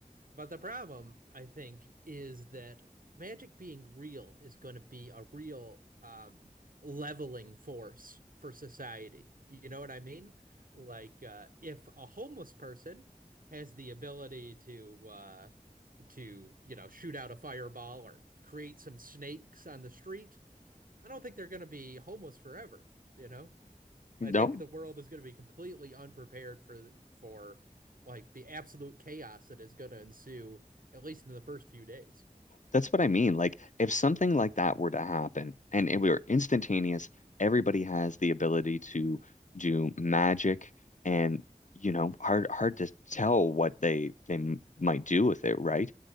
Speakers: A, on the right; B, on the left.
A: But the problem, I think, is that magic being real is going to be a real um, leveling force for society. You know what I mean? Like uh, if a homeless person has the ability to uh, to you know shoot out a fireball or create some snakes on the street I don't think they're going to be homeless forever, you know?
B: No?
A: I think the world is going to be completely unprepared for for like the absolute chaos that is going to ensue at least in the first few days.
B: That's what I mean. Like, if something like that were to happen and it were instantaneous, everybody has the ability to do magic and, you know, hard hard to tell what they they m- might do with it, right?